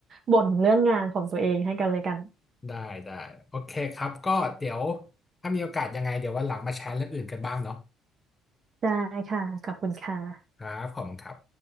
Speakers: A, on the right; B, on the left.
A: บ่นเรื่องงานของตัวเองให้กันเลยกัน
B: ได้ได้โอเคครับก็เดี๋ยวถ้ามีโอกาสยังไงเดี๋ยววันหลังมาแชร์เรื่องอื่นกันบ้างเนาะ
A: ได้ค่ะขอบคุณค่ะ
B: ครับผมคครับ